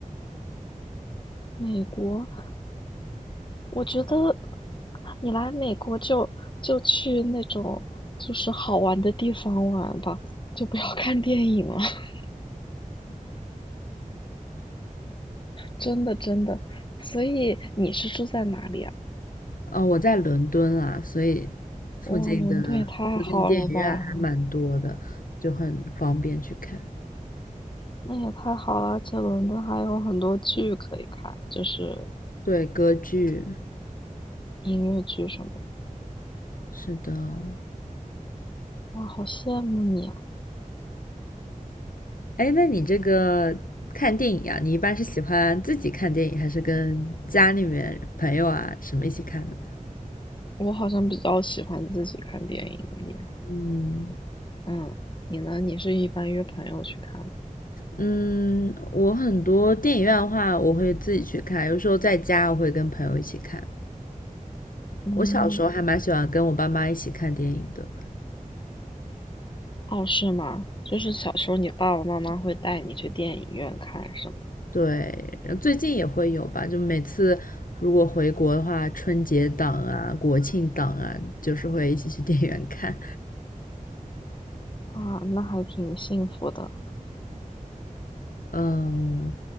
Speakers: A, on the left; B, on the left.
A: 美国，我觉得你来美国就就去那种就是好玩的地方玩吧，就不要看电影了，<laughs> 真的真的。所以你是住在哪里啊？
B: 哦，我在伦敦啊，所以附近的附近电影院还蛮多的，
A: 哇，伦敦也太好了吧！
B: 就很方便去看。
A: 那也太好了，而且伦敦还有很多剧可以看，就是
B: 对，歌剧，
A: 音乐剧什么的。
B: 是的。
A: 哇，好羡慕你啊！
B: 哎，那你这个看电影啊，你一般是喜欢自己看电影，还是跟家里面朋友啊什么一起看呢？
A: 我好像比较喜欢自己看电影耶。
B: 嗯，
A: 嗯，你呢？你是一般约朋友去看吗？
B: 嗯，我很多电影院的话，我会自己去看，有时候在家我会跟朋友一起看。
A: 嗯，
B: 我小时候还蛮喜欢跟我爸妈一起看电影的，
A: 哦，是吗？就是小时候你爸爸妈妈会带你去电影院看，是吗？
B: 对，然后最近也会有吧，就每次如果回国的话，春节档啊、国庆档啊，就是会一起去电影院看。
A: 啊，那还挺幸福的。
B: 嗯，